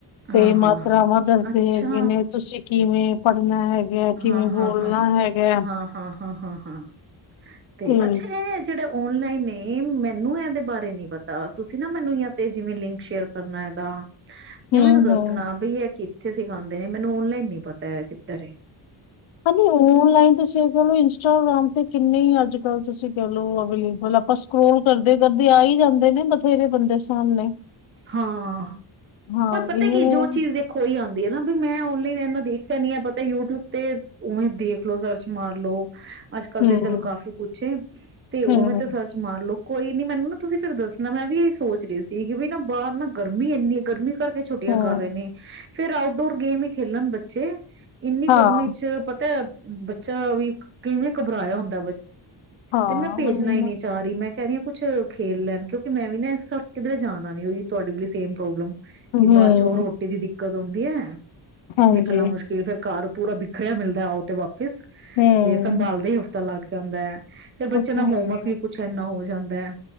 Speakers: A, on the left (about 80°); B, on the right (about 25°).
A: ਤੇ
B: ਹਾਂ
A: ਮਾਤਰਾਵਾਂ
B: ਹਾਂ
A: ਦੱਸਦੇ
B: ਅੱਛਾ
A: ਹੈਗੇ ਨੇ ਤੁਸੀਂ ਕਿਵੇਂ ਪੜ੍ਹਨਾ ਹੈ। <unintelligible> ਹੈਗਾ, ਕਿਵੇਂ
B: ਹਾਂ
A: ਬੋਲਣਾ
B: ਹਾਂ ਹਾਂ
A: ਹੈਗਾ। <unintelligible>
B: ਹਾਂ ਹਾਂ ਹਾਂ ਹਾਂ ਹਾਂ, ਹਾਂ ਤੇ
A: ਹੂੰ,
B: ਅੱਛਾ ਇਹ ਜਿਹੜਾ ਓਨਲਾਈਨ ਮੈਨੂੰ ਇਹਦੇ ਉਸ ਬਾਰੇ ਨੀ ਪਤਾ ਤੁਸੀਂ ਨਾ ਮੈਨੂੰ ਯਾ ਤੇ ਜਿਵੇਂ ਲਿੰਕ ਸ਼ੇਅਰ ਕਰਨਾ ਇਹਦਾ। ਜਾਂ
A: ਹੂੰ,
B: ਮੈਨੂੰ ਦੱਸਣਾ
A: ਹੂੰ।
B: ਬਈ ਇਹ ਕਿੱਥੇ ਸਿਖਾਉਂਦੇ ਨੇ, ਮੈਨੂੰ ਆਨਲਾਈਨ ਨਈ ਪਤਾ ਹੈ ਕਿੱਧਰ ਐ
A: ਹਾਂਜੀ ਆਨਲਾਈਨ ਤੁਸੀਂ ਚਲੋ ਇੰਸਟਾਗ੍ਰਾਮ ਤੇ ਕਿੰਨੇ ਅੱਜ ਕੱਲ ਤੁਸੀਂ ਕਹਿ ਲਓ ਅਗਲੀ <unintelligible> ਮਤਲਬ ਆਪਾਂ ਸਕਰੋਲ ਕਰਦੇ ਕਰਦੇ ਆ ਹੀ ਜਾਂਦੇ ਨੇ ਬਥੇਰੇ ਬੰਦੇ ਸਾਹਮਣੇ
B: ਹਾਂ
A: ਹਾਂ
B: ਉਹ ਪਤਾ
A: ਇਵੇਂ
B: ਕੀ
A: ਹੂੰ
B: ਜੋ ਚੀਜ਼ ਦੇਖੋ ਹੀ ਉਹੀ ਤੇ ਨਾ ਵੀ ਮੈਂ ਆਨਲਾਈਨ ਇਨਾ ਦੇਖਿਆ ਨੀ ਹੈ ਪਤਾ ਯੂਟਿਊਬ ਤੇ ਉਵੇਂ ਦੇਖਲੋ ਸਰਚ ਮਾਰਲੋ ਅੱਜ ਕੱਲ
A: ਹੂੰ
B: ਤੇ ਚਲੋ ਕਾਫੀ ਕੁਛ ਐ ਤੇ ਉਵੇਂ
A: ਹੂੰ
B: ਤੇ ਸਰਚ ਮਾਰਲੋ ਕੋਈ ਨੀ ਮੈਨੂੰ ਨਾ ਤੁਸੀਂ ਫਿਰ ਦੱਸਣਾ ਮੈਂ ਵੀ ਇਹੀ ਸੋਚ ਰਹੀ ਸੀ ਵੀ ਨਾ ਬਾਹਰ ਨਾ ਗਰਮੀ ਇੰਨੀ ਹੈ ਗਰਮੀ ਕਰਕੇ ਛੁੱਟੀਆਂ
A: ਹੂੰ
B: ਕਰ ਰਹੇ ਨੇ ਫੇਰ ਆਊਟਡੋਰ ਗੇਮ ਹੀ ਖੇਲਣ ਬੱਚੇ ਇੰਨੀ
A: ਹਾਂ
B: ਗਰਮੀ ਚ ਪਤਾ ਹੈ ਬੱਚਾ ਵੀ ਕਿਵੇਂ ਘਬਰਾਇਆ ਹੁੰਦਾ
A: ਹਾਂ
B: ਤੇ ਮੈਂ ਭੇਜਣਾ
A: ਉਹੀ
B: ਹੀ
A: ਨਾ
B: ਨਹੀਂ ਚਾਹ ਰਹੀ ਮੈਂ ਕਹਿ ਰਹੀ ਹ ਕੁਛ ਖੇਲ ਲੈਣ ਕਿਉਂਕਿ ਮੈਂ ਵੀ ਨਾ ਇਸ ਵਾਰ ਕਿੱਧਰੇ ਜਾਣ ਨਾਲੇ ਉਹੀ ਤੁਹਾਡੇ ਵਾਲੀ ਸੇਮ ਪ੍ਰੋਬਲਮ
A: ਹੂੰ
B: ਕਿ ਬਾਅਦ ਚੋਂ ਰੋਟੀ ਦੀ ਦਿੱਕ ਕਦੋ ਹੁੰਦੀ ਏ।
A: ਹਾਂਜੀ
B: ਨਿਕਲਣਾ ਮੁਸ਼ਕਿਲ ਫੇਰ ਘਰ ਪੂਰਾ ਬਿਖਰਿਆ ਮਿਲਦਾ ਆਉ ਤੇ ਵਾਪ ਸ
A: ਹੂੰ
B: ਤੇ ਸੰਭਾਲਦੇ ਹੀ ਹਫ਼ਤਾ ਲੱਗ ਜਾਂਦਾ ਫੇਰ ਬੱਚਿਆਂ
A: ਉਹ ਤੇ
B: ਦਾ ਹੋਮਵਰਕ
A: ਹੈ ਹੀ ਹੈ
B: ਵੀ ਕੁੱਛ ਇੰਨਾ ਹੋ ਜਾਂਦਾ। ਦਾ